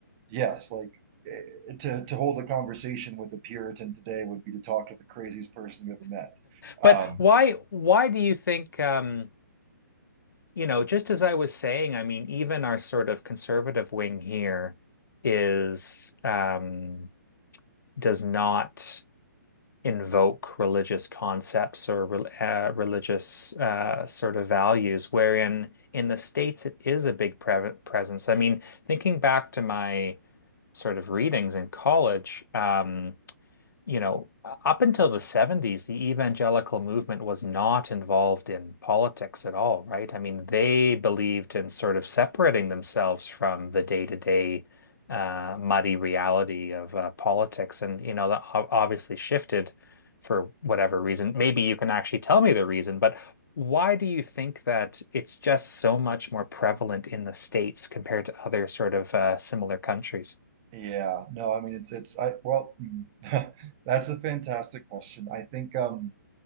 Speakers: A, on the right; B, on the left.
A: yes, like eh, to to hold a conversation with a Puritan today would be to talk to the craziest person you ever met.
B: But
A: Um,
B: why why do you think um you know, just as I was saying, I mean, even our sort of conservative wing here is um, does not invoke religious concepts or rel uh, religious uh, sort of values, wherein in the States it is a big pre presence. I mean, thinking back to my sort of readings in college, um, you know, up until the 70s, the evangelical movement was not involved in politics at all, right? I mean, they believed in sort of separating themselves from the day-to-day uh, muddy reality of uh, politics. And, you know, that ob- obviously shifted for whatever reason. Maybe you can actually tell me the reason, but why do you think that it's just so much more prevalent in the States compared to other sort of uh, similar countries?
A: Yeah, no, I mean it's it's I well mm, <laughs> that's a fantastic question. I think um